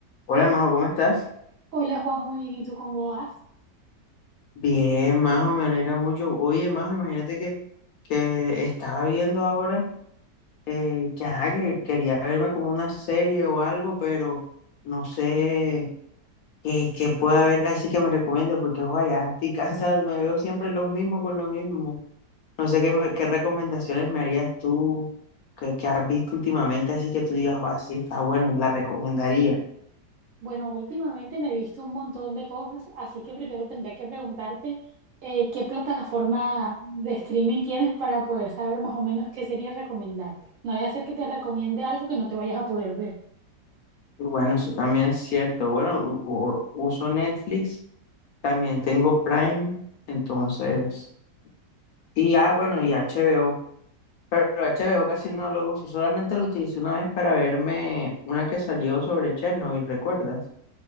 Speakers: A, on the left (about 65°); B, on the right (about 70°).
A: Hola, Majo, ¿cómo estás?
B: Hola Juanjo, muy bien. ¿Y tú cómo vas?
A: Bien, Majo, me alegra mucho. Oye, Majo, imagínate que, que estaba viendo ahora eh, que, ajá, que quería verme como una serie o algo, pero no sé qué, qué puede haber así que me recomiende, porque ojalá, estoy <laughs> cansado y me veo siempre los mismos con lo mismo. No sé qué, me- qué recomendaciones me harías tú que, que has visto últimamente, así que tú digas, oh, así está bueno, la recomendaría.
B: Bueno, últimamente me he visto un montón de cosas, así que primero tendría que preguntarte eh, qué plataforma de streaming tienes para poder saber más o menos qué sería recomendarte. No voy a hacer que te recomiende algo que no te vayas a poder ver.
A: Y Bueno, eso también es cierto. Bueno, u- u- uso Netflix, también tengo Prime, entonces, y ah, bueno, y HBO. Pero H B o casi no lo uso, solamente lo utilicé una vez para verme una que salió sobre Chernobyl, ¿recuerdas?